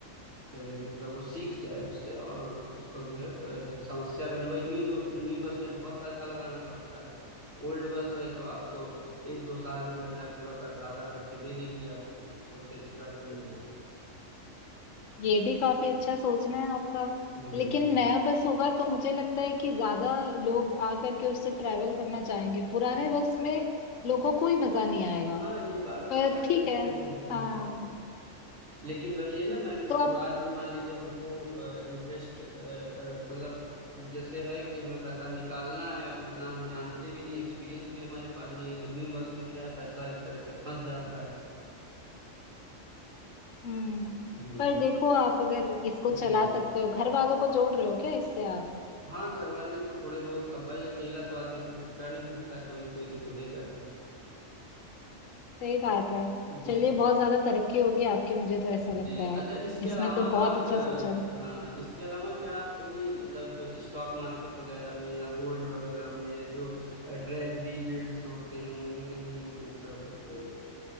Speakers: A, on the right (about 70°); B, on the left (about 80°).
A: अ, मतलब वो सीख जाए उससे और उसका जो है अ, समस्या भी ना हो। भाई न्यू न्यू बस में बहुत पैसा लगाना पड़ता है ओल्ड बस है तो आपको एक दो साल में बढ़िया पूरा पैसा अदा करके दे देगी आपको सबसे अच्छी बात ये रहेगी
B: ये भी काफी अच्छा सोचना है आपका
A: हम्म
B: लेकिन नया बस होगा तो मुझे लगता है कि ज्यादा लोग आ करके उससे ट्रैवल करना चाहेंगे पुराने बस में लोगों को ही मजा नहीं आएगा
A: हाँ ये बात
B: पर
A: तो खैर
B: ठीक
A: कहीं
B: है
A: न कहीं रहती
B: हाँ
A: है लेकिन भाई ये ना मैम कि
B: तो आप
A: शुरुआत में मान लीजिए हमको इंटरेस्ट मतलब अब जैसे है कि हमें पैसा निकालना है अब उतना हम जानते भी नहीं एक्सपीरियंस भी हमारे पास नहीं है तो न्यू बस में क्या है पैसा एक तरह से फंस जाता है
B: हम्म
A: हम्म,
B: पर देखो आप अगर इसको
A: जी
B: चला
A: जी
B: सकते हो घर वालों को जोड़ रहे हो क्या इससे आप
A: हाँ घर वाले तो थोड़े बहुत अब भाई अकेला तो आदमी सब कुछ कर नहीं सकता कोई ना कोई तो जुड़ेगा ही
B: सही बात है
A: जी
B: चलिए
A: जी
B: बहुत ज्यादा तरक्की होगी आपकी मुझे तो ऐसा लगता
A: जी
B: है
A: अच्छा इसके
B: इसमें
A: अलावा
B: तो बहुत
A: आप
B: अच्छा
A: अ,
B: सोचा
A: हाँ इसके अलावा क्या आप कहीं मतलब स्टॉक मार्केट वगैरह में या गोल्ड वगैरह में या जो ट्रेजरी बिल्ड्स होते हैं उनमें कहीं मतलब अ,